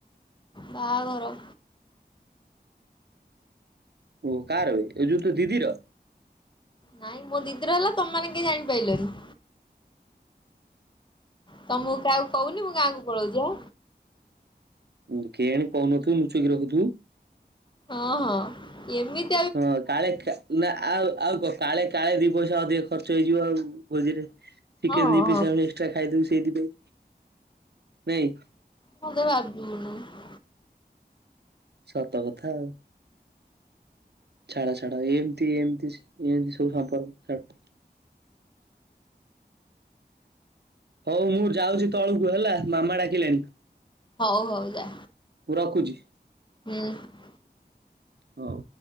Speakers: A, on the left; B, on the right.
A: ବାହାଘର।
B: ଓହୋ। କାହାର? ଏ ଯୋଉ ତୋ ଦିଦିର?
A: ନାଇଁ, ମୋ ଦିଦି ର ହେଲା ତମ ମାନେ କେହି ଜାଣିପାରିଲନି? ତମକୁ କାହାକୁ କହୁନି? ମୁଁ ଗାଁକୁ ପଳଉଛି ଆଁ।
B: ହୁଁ, କେଜାଣି କହୁନଥିବୁ ଲୁଚେଇକି ରଖୁଥିବୁ?
A: ହଁ, ହଁ। ଏମିତି
B: ହଁ, କାଳେ ଖା ନା, ଆଉ, ଆଉ କଣ କାଳେ କାଳେ ଦି ପଇସା ଅଧିକ ଖର୍ଚ୍ଚ ହେଇଯିବ ଆଉ ଭୋଜିରେ। ଚିକେନ
A: ହଁ ହଁ
B: ଦି
A: ହଁ
B: ପିସ ଆଉ ଏକ୍ସଟ୍ରା ଖାଇଦବୁ ସେଇଥିପାଇଁ, ନାଇଁ?
A: ହଁ ତୁ ଭାବି ବୁନ <unintelligible>
B: ସତ କଥା ଆଉ। ଛାଡ, ଛାଡ ଏମିତି ଏମିତି ଏମିତି ସବୁ ସମ୍ପର୍କ ଛାଡ ହଉ, ମୁଁ ଯାଉଛି ତଳକୁ ହେଲା। ମାମା ଡାକିଲାଣି।
A: ହଉ, ହଉ ଯା।
B: ମୁଁ ରଖୁଛି?
A: ହୁଁ!
B: ହଉ।